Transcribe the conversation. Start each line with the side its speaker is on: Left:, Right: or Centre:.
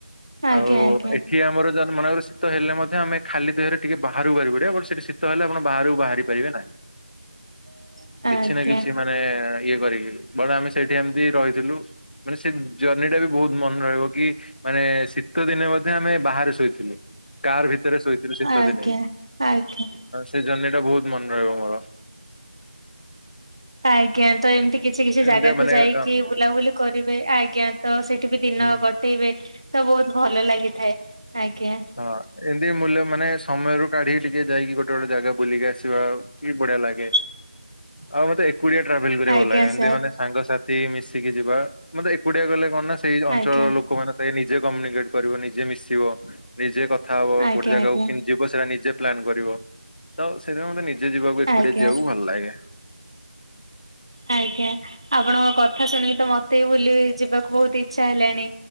Right: ଆଜ୍ଞା
Left: ଆଉ
Right: ଆଜ୍ଞା।
Left: ଏଠି ଆମର ଯ ମନ <unintelligible> ଶୀତ ହେଲେ ମଧ୍ୟ ଆମେ ଖାଲି ଦେହରେ ଟିକେ ବାହାରକୁ ପାରିବେ ପଡିବ ବ ଶୀତ ହେଲେ ଆପଣ ବାହାରକୁ ବାହାରି ପାରିବେ ନାହିଁ।
Right: <inaudible> ଆଜ୍ଞା
Left: କିଛି ନା କିଛି ମାନେ ଇଏ କରିକି କଣ ଆମେ ସେଇଠି ଏମତି ରହିଥିଲୁ। ମାନେ ସେ ଜର୍ଣ୍ଣିି ଟା ବି ବହୁତ ମନେ ରହିବ କି। ମାନେ ଶୀତ ଦିନେ ମଧ୍ୟ ଆମେ ବାହାରେ ଶୋଇଥିଲୁ। କାର ଭିତରେ ଶୋଇଥିଲୁ ଶୀତ
Right: ଆଜ୍ଞା
Left: ଦିନେ,
Right: ଆଜ୍ଞା।
Left: ସେ ଜର୍ଣି ଟା ବହୁତ ମନେ ରହିବ ମୋର।
Right: ଆଜ୍ଞା ତ ଏମିତି କି ସେ କିଛି
Left: ଏମିତିଆ
Right: ଜାଗାକୁ
Left: ମାନେ
Right: ଯାଇକି
Left: ଅ
Right: ବୁଲାବୁଲି କରିବେ ଆଜ୍ଞା ତ ସେଠି ବି ଦିନ
Left: ହୁଁ
Right: କଟେଇବେ ତ ବହୁତ ଭଲ ଲାଗିଥାଏ ଆଜ୍ଞା।
Left: ହଁ ଏମିତି ମୂଲ୍ୟ ମାନେ ସମୟରୁ କାଢିକି ଟିକେ ଯାଇକି ଗୋଟେ ଗୋଟେ ଜାଗା ବୁଲିକି ଆସିବା ବି ବଢିଆ ଲାଗେ
Right: <inaudible>
Left: ଆଉ ମତେ ଏକୁଟି ଆ ଟ୍ରାଭେଲ କରିବା
Right: ଆଜ୍ଞା
Left: ଭଲ ଲାଗେ। ଏମିତି
Right: ସାର୍
Left: ମାନେ ସାଙ୍ଗସାଥି ମିଶିକି ଯିବା ମତେ ଏକୁଟି ଆ ଗଲେ କଣ ନା ସେଇ ଅଞ୍ଚଳର
Right: ଆଜ୍ଞା
Left: ଲୋକମାନେ ସାଙ୍ଗେ ନିଜେ କମ୍ୟୁନିକେଟ କରିବ। ନିଜେ ମିଶିବ ନିଜେ କ କଥା ହବ
Right: ଆଜ୍ଞା
Left: ଗୋଟେ ଜାଗାକୁ
Right: ଆଜ୍ଞା
Left: କେମିତି ଯିବ। ସେଇଟା ନିଜେ ପ୍ଲାନ କରିବ ତ ସେଦିନ ମ ନିଜେ ଯିବାକୁ ଏକୁଡିଆ
Right: ଆଜ୍ଞା
Left: ଯିବାକୁ ଭଲ ଲାଗେ।
Right: ଆଜ୍ଞା ଆପଣଙ୍କ କଥା ଶୁଣିକି ତ ମତେ ବି ବୁଲି ଯିବାକୁ ବହୁତ ଇଚ୍ଛା ହେଲାଣି